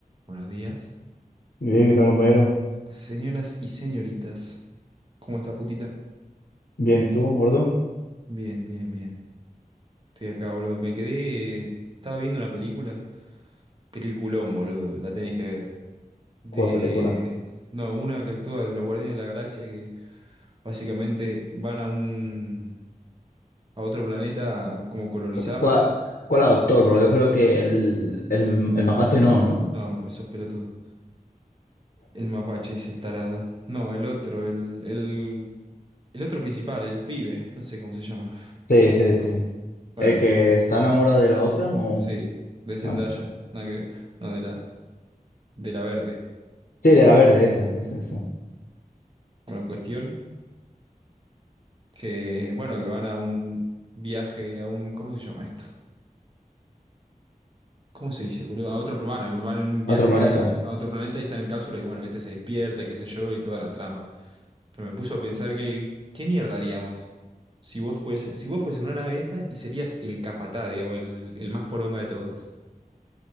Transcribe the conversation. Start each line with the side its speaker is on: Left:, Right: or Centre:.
Right: Buenos días.
Left: Bien, ¿qué tal, compañero?
Right: Señoras y señoritas, ¿cómo está putita?
Left: Bien, ¿y tú, gordo?
Right: Bien, bien, bien. Estoy acá, boludo. Me quedé. Estaba viendo una película. Peliculón, boludo. La tenés que ver. De.
Left: ¿Cuál película?
Right: No, una que actúa de los Guardianes de la Galaxia que básicamente van a un. a otro planeta a como colonizarlo.
Left: ¿Cuál, cuál autor? Porque yo creo que el, el, el mapache
Right: El...
Left: no, ¿no?
Right: No, no, esos pelotudos. El mapache, dice el tarado. No, el otro, el, el. El otro principal, el pibe. No sé cómo se llama.
Left: Sí, sí, sí.
Right: Bueno.
Left: El que está enamorado de la otra o...
Right: Sí, de Zendaya,
Left: ah,
Right: nada que ver, no, de la, de la verde.
Left: Sí, de la verde, esa, esa, esa.
Right: Bueno, cuestión que, bueno, que van a un viaje, a un, ¿cómo se llama esto? ¿Cómo se dice, boludo? A otro planeta, van en un
Left: otro
Right: viaje
Left: planeta.
Right: a otro planeta y están en cápsula y bueno, este se despierta y qué sé yo y toda la trama. Pero me puso a pensar que, ¿qué mierda haríamos? Si vos fuese, si vos fuese una nave esta y serías el capatá, digamos, el, el más poronga de todos.